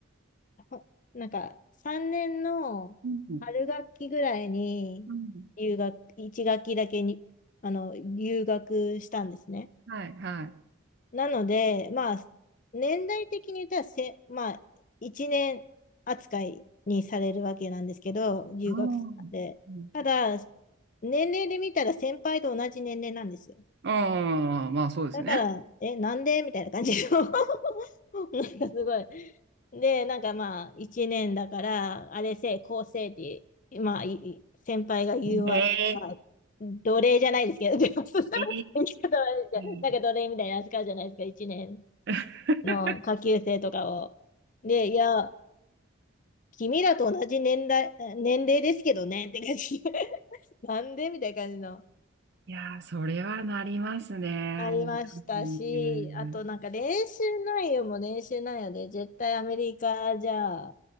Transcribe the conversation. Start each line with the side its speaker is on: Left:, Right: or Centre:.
Left: ほなんか3年の春学期ぐらいに留学、
Right: うんうん。
Left: 1学期だけに、あの、留学したんですね。
Right: はい、はい。
Left: なので、まあ、年代的に言ったらせ、まあ、1年扱いにされるわけなんですけど、留学生で。
Right: うん。う
Left: ただ、年齢で見たら先輩と同じ年齢なんですよ。
Right: ん。まあ、そうですね。
Left: だから、え、なんでみたいな感じの <laughs> なんかすごい。で、なんかまあ、1年だから、あれせい、こうせいって、まあ、いい先輩が言うわ、
Right: ええ、
Left: まあ、奴隷じゃないですけど、<laughs> 言い
Right: え
Left: 方悪いですけど
Right: え。
Left: なんか奴隷みたいな扱いじゃないですか、1年
Right: <laughs>
Left: の下級生とかを。で、いや、君らと同じ年代、年齢ですけどねって感じ。<laughs> なんでみたいな感じの。
Right: いやー、それはなりますね。
Left: ありましたし、
Right: うん
Left: あとなんか練習内容も練習内容で、絶対アメリカじゃ